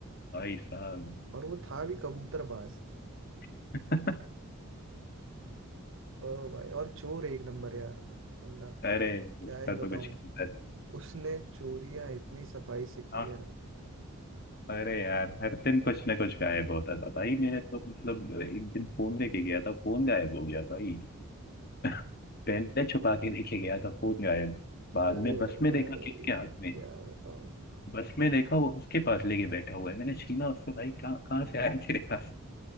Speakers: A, on the left; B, on the right.
A: भाई साहब
B: और वो था भी कबूतरबाज
A: <laughs>
B: ओ भाई और चोर एक नंबर यार वो बंदा
A: अरे
B: क्या
A: उसका
B: ही
A: तो
B: बताऊं
A: कुछ नहीं
B: उसने चोरियां इतनी सफाई से की
A: था
B: है ना
A: अरे यार हर दिन कुछ ना कुछ गायब होता था भाई मेरे तो मतलब एक दिन फोन लेके गया था फोन गायब हो गया भाई <laughs> पहले छुपा के लेके गया था फोन गायब बाद
B: अरे
A: में बस में
B: भाई
A: देखा किसके हाथ में
B: क्या बताऊं
A: बस में देखा वो उसके पास लेके बैठा हुआ है मैंने छीना उसको भाई कहाँ कहाँ से आया तेरे पास